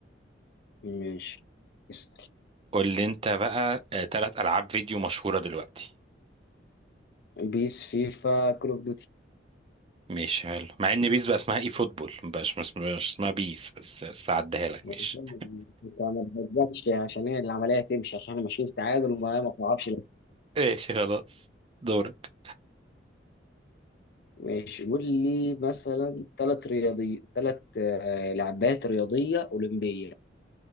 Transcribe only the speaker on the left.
ماشي اسأل
بيس فيفا كول أوف دوتي
<laughs>
أنا ما تبدأش عشان هي العملية تمشي عشان احنا ماشيين تعادل وما ما تعرفش
ماشي قول لي مثلا ثلاث رياضي ثلاث لعبات رياضية أولمبية